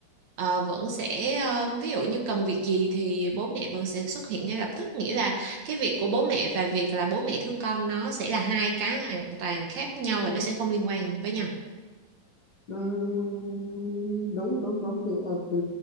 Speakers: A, on the right; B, on the left.
A: à, vẫn sẽ à, ví dụ như cần việc gì thì bố mẹ vẫn sẽ xuất hiện ngay lập tức nghĩa là cái việc của bố mẹ và việc là bố mẹ thương con nó sẽ là hai cái hoàn toàn khác nhau và nó sẽ không liên quan với nhau
B: Ừm, đúng đúng đúng thì, ờ, thì